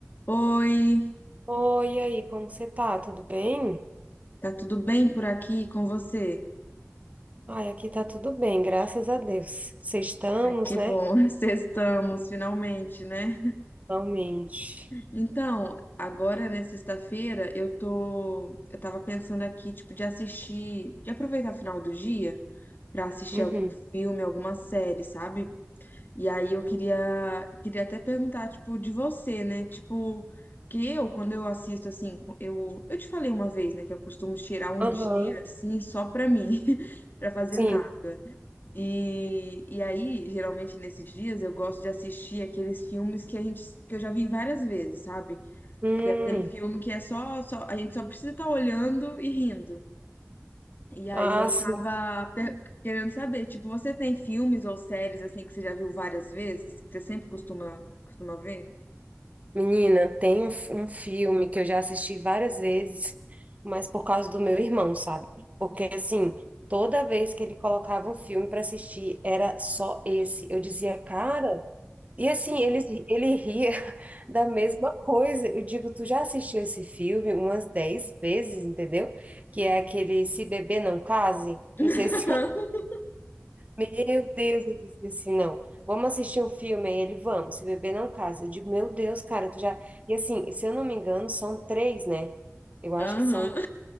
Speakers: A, on the left (about 45°); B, on the right (about 30°).
A: Oi,
B: Oi, e aí, como você tá? Tudo bem?
A: tá tudo bem por aqui com você?
B: Ai, aqui tá tudo bem, graças a Deus. Vocês estamos
A: Que
B: né?
A: bom, <laughs> estamos finalmente, né?
B: Realmente.
A: Então, agora, né, sexta-feira, eu tô, eu tava pensando aqui, tipo, de assistir, de aproveitar o final do dia pra assistir
B: Uhum.
A: algum filme, alguma série, sabe? E aí eu queria, queria até perguntar, tipo, de você, né? Tipo, que eu, quando eu assisto, assim, eu, eu te falei uma vez, né, que eu costumo tirar um
B: Aham,
A: dia, assim, só pra mim, <laughs> pra fazer
B: sim.
A: nada. E, e aí, geralmente nesses dias, eu gosto de assistir aqueles filmes que a gente, que eu já vi várias vezes, sabe?
B: Hum.
A: Que é aquele filme que é só, só a gente só precisa estar olhando e rindo. E aí
B: Ah,
A: eu
B: sim.
A: tava per- querendo saber, tipo, você tem filmes ou séries assim que você já viu várias vezes, que você sempre costuma costuma ver?
B: Menina, tem um, f- um filme que eu já assisti várias vezes, mas por causa do meu irmão, sabe? Porque, assim, toda vez que ele colocava um filme para assistir, era só esse. Eu dizia, cara. E assim, ele, ele ria <laughs> da mesma coisa. Eu digo, tu já assistiu esse filme umas 10 vezes, entendeu? Que é aquele Se Beber Não Case. Não sei
A: <laughs>
B: se, <laughs> meu Deus, eu disse assim, não. Vamos assistir um filme. Aí ele, vamos, Se Beber Não Case. Eu digo, meu Deus, cara, tu já. E assim, se eu não me engano, são três, né? Eu acho
A: Aham.
B: que são.